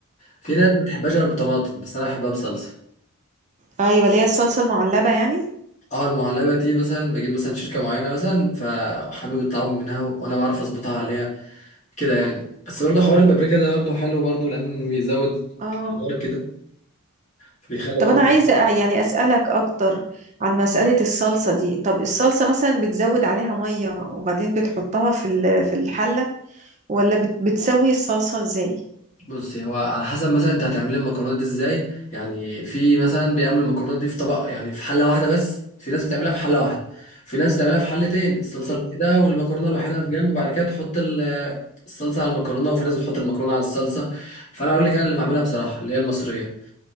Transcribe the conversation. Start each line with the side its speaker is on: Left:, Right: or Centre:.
Left: في ناس ما بتحبهاش غير بطماطم بس أنا بحبها بصلصة
Right: ايوه اللي هي الصلصه المعلبه يعني
Left: اه المعلبة دي مثلا بجيب مثلا شركة معينة مثلا فحابب الطعام منها وأنا بعرف أظبطها عليها كده يعني بس برضه حوار البابريكا ده برضه حلو برضه لأن بيزود
Right: اه
Left: الحوار كده فبيخلي
Right: طب
Left: برضه
Right: انا عايزه أ- يعني اسالك اكتر عن مساله الصلصه دي طب الصلصه مثلا بتزود عليها ميه وبعدين بتحطها في ال- في الحله ولا بت- بتسوي الصلصه ازاي
Left: بصي هو على حسب مثلا انت هتعملي المكرونه دي ازاي يعني في مثلا بيعملوا المكرونه دي في طبق يعني في حله واحده بس في ناس بتعملها في حله واحده في ناس بتعملها في حلتين الصلصه الوحيده والمكرونه الوحيده في جنب بعد كده تحط ال- الصلصه على المكرونه وفي ناس بتحط المكرونه على الصلصه فانا اقول لك انا اللي بعملها بصراحه اللي هي المصريه